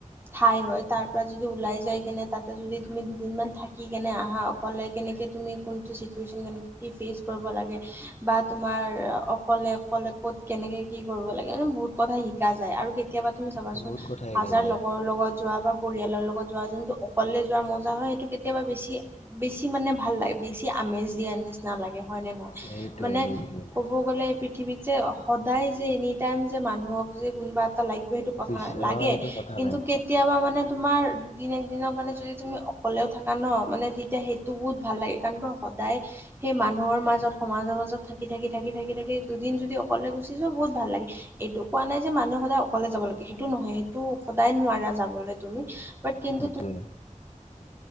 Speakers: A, on the right; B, on the left.
A: ঠাই হয় তাৰ পৰা যদি ওলাই যায় কেনে তাতে যদি তুমি দুদিনমান থাকি কেনে আহা অকলে কেনেকৈ তুমি কোনটো চিটুৱেশ্যন কেনেকৈ কি ফেচ কৰিব লাগে বা তোমাৰ অকলে অকলে ক'ত কেনেকে কি কৰিব লাগে মানে বহুত কথা শিক শিকা যায় আৰু কেতিয়াবা তুমি চাবাচোন
B: বহুত কথা শিকা
A: হাজাৰ
B: যায়
A: লগৰৰ লগত যোৱা বা পৰিয়ালৰ লগত যোৱা যোনটো অকলে যোৱাৰ মজা হয় সেইটো কেতিয়াবা বেছি বেছি মানে ভাল লাগে বেছি আমেজ দিয়া নিচিনা লাগে হয় নে নহয়।
B: সেইটোৱে
A: মানে
B: সেইটোৱে
A: ক'ব গ'লে এই পৃথিৱীত যে সদায় যে এনি টাইম যে মানুহক যে কোনোবা লাগিব সেইটো কথা
B: পিছ
A: নাই লাগে
B: অ এইটো কথা
A: কিন্তু
B: নাই
A: কেতিয়াবা মানে তোমাৰ দুদিন - একদিনৰ কাৰণে যদি তুমি ক'লেও থাকা ন মানে তেতিয়া সেইটো বহুত ভাল লাগে কাৰণ সদায় সেই মানুহৰ মাজত সমাজৰ মাজত থাকি থাকি থাকি থাকি থাকি দুদিন যদি অকলে গুচি যোৱা বহুত ভাল লাগে। এইটো কোৱা নাই যে মানুহে সদায় অ'কলে যাব লাগে সেইটো নহয় সেইটো সদায় নোৱাৰা যাবলৈ তুমি। বাট কিন্তু
B: সেইটোৱে